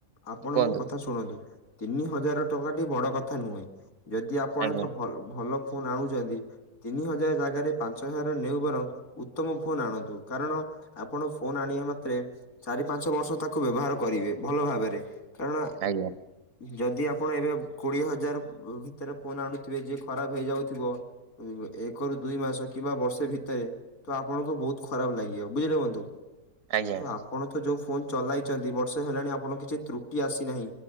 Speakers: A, on the left; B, on the right.
A: ଆପଣ
B: କୁହନ୍ତୁ
A: ମୋ କଥା ଶୁଣନ୍ତୁ। ତିନି ହଜାର ଟଙ୍କାଟି ବଡ କଥା ନୁହେଁ। ଯଦି ଆପଣ
B: ଆଜ୍ଞା
A: ଏକ ଭ-ଭଲ ଫୋନ୍ ଆଣୁଛନ୍ତି ତିନି ହଜାର ଜାଗାରେ ପାଞ୍ଚ ହଜାର ନେଉ ବରଂ ଉତ୍ତମ ଫୋନ ଆଣନ୍ତୁ। କାରଣ ଆପଣ ଫୋନ ଆଣିବା ମାତ୍ରେ ଚାରି ପାଞ୍ଚ ବର୍ଷ ତା ବ୍ୟବହାର କରିବେ ଭଲ ଭାବରେ କାରଣ
B: ଆଜ୍ଞା
A: ଯଦି ଆପଣ ଏବେ କୋଡିଏ ହଜାର ଭିତରେ ଫୋନ ଆଣୁଥିବେ ଯେ ଖରାପ ହେଇଯାଉଥିବ ଏକ ର ଦୁଇ ମାସ କିମ୍ବା ବର୍ଷେ ଭିତରେ ତ ଆପଣଙ୍କୁ ବହୁତ ଖରାପ ଲାଗିବ ବୁଝିଲେ ବନ୍ଧୁ।
B: ଆଜ୍ଞା
A: ତ ଆପଣ ତ ଯୋଉ ଫୋନ ଚଲାଇଛନ୍ତି ବର୍ଷେ ହେଲାଣି ଆପଣଙ୍କ କିଛି ତ୍ରୁଟି ଆସିନାହିଁ।